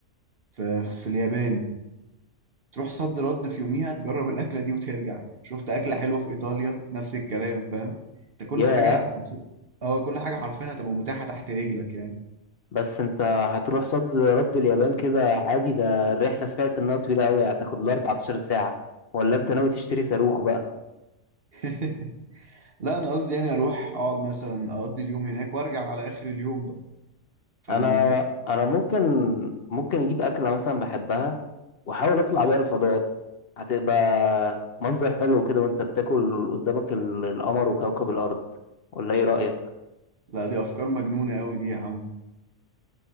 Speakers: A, on the right (about 50°); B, on the left (about 50°).
A: في في اليابان تروح صد رد في يوميها تجرب الاكله دي وترجع شفت اكله حلوه في ايطاليا نفس الكلام فاهم انت كل
B: ياه
A: حاجه اه كل حاجه حرفيا هتبقى متاحه تحت رجلك يعني
B: بس انت هتروح صد رد اليابان كده عادي ده الرحله سمعت انها طويله قوي هتاخد لها 14 ساعه ولا انت ناوي تشتري صاروخ بقى
A: <laughs> لا انا قصدي يعني اروح اقعد مثلا اقضي اليوم هناك وارجع على اخر اليوم بقى فاهم
B: انا
A: قصدي
B: انا ممكن ممكن اجيب اكله مثلا بحبها واحاول اطلع بيها الفضاء هتبقى منظر حلو كده وانت بتاكل قدامك ال- القمر وكوكب الارض ولا ايه رأيك
A: لا دي افكار مجنونه قوي دي يا عم